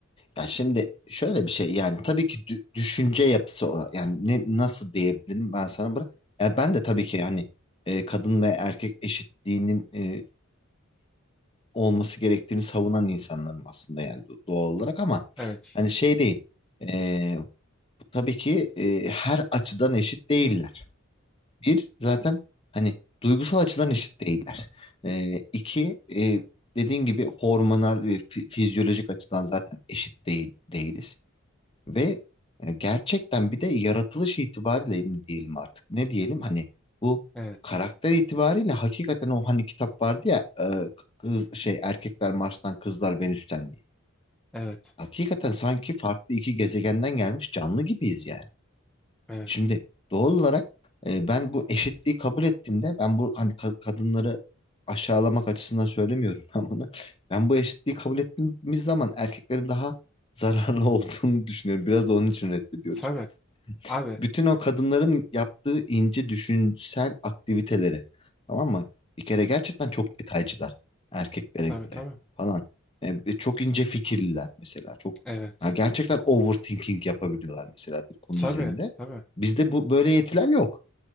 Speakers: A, on the left; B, in the centre.
A: Ya şimdi şöyle bir şey yani tabii ki dü- düşünce yapısı olarak yani ne nasıl diyebilirim ben sana bırak. Yani ben de tabii ki hani e, kadın ve erkek eşitliğinin e, olması gerektiğini savunan insanlarım aslında yani do- doğal olarak ama
B: Evet.
A: hani şey değil. Ee, tabii ki e, her açıdan eşit değiller. Bir zaten hani duygusal açıdan eşit değiller. Ee, iki e, dediğin gibi hormonal ve fi- fizyolojik açıdan zaten eşit değil değiliz. Ve e, gerçekten bir de yaratılış itibariyle mi diyelim artık ne diyelim hani bu
B: Evet.
A: karakter itibariyle hakikaten o hani kitap vardı ya e, kız, şey erkekler Mars'tan kızlar Venüs'ten diye.
B: Evet.
A: Hakikaten sanki farklı iki gezegenden gelmiş canlı gibiyiz yani.
B: Evet.
A: Şimdi doğal olarak e, ben bu eşitliği kabul ettiğimde ben bu hani ka- kadınları aşağılamak açısından söylemiyorum <laughs> ben bunu. Ben bu eşitliği kabul ettiğimiz zaman erkeklerin daha zararlı <laughs> olduğunu düşünüyorum. Biraz da onun için reddediyoruz.
B: Tabii. Abi.
A: Bütün o kadınların yaptığı ince düşünsel aktiviteleri. Tamam mı? Bir kere gerçekten çok detaycılar erkeklere
B: Tabii
A: göre
B: tabii.
A: falan. E, çok ince fikirliler mesela. Çok
B: Evet.
A: ya gerçekten overthinking yapabiliyorlar mesela bir konu
B: Tabii.
A: üzerinde.
B: Tabii.
A: Bizde bu böyle yetiler yok.